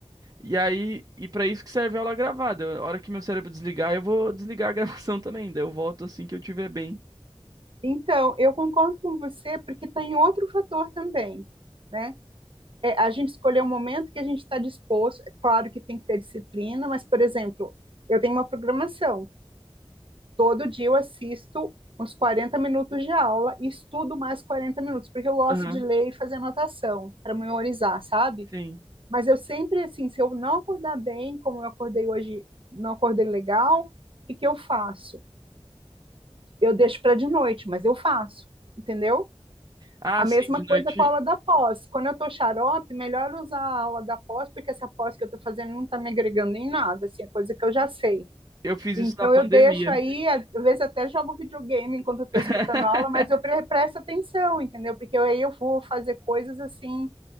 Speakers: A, on the right (about 35°); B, on the right (about 55°).
A: E aí, e para isso que serve a aula gravada. A hora que meu cérebro desligar, eu vou desligar a <laughs> gravação também. Daí eu volto assim que eu tiver bem.
B: Então, eu concordo com você, porque tem outro fator também, né? é, a gente escolher o momento que a gente está disposto. É claro que tem que ter disciplina, mas, por exemplo, eu tenho uma programação. Todo dia eu assisto uns 40 minutos de aula e estudo mais 40 minutos, porque eu gosto
A: Aham,
B: de ler e fazer anotação para memorizar, sabe?
A: sim.
B: Mas eu sempre, assim, se eu não acordar bem, como eu acordei hoje, não acordei legal, o que, que eu faço? Eu deixo para de noite, mas eu faço, entendeu?
A: Ah,
B: A
A: sim,
B: mesma
A: de
B: coisa
A: noite
B: com a aula da pós. Quando eu estou xarope, melhor usar a aula da pós, porque essa pós que eu estou fazendo não está me agregando em nada, assim, é coisa que eu já sei.
A: eu fiz
B: Então
A: isso na pandemia.
B: eu deixo aí, às vezes até jogo videogame enquanto eu tô
A: <laughs>
B: escutando a aula, mas eu pre- presto atenção, entendeu? Porque aí eu vou fazer coisas assim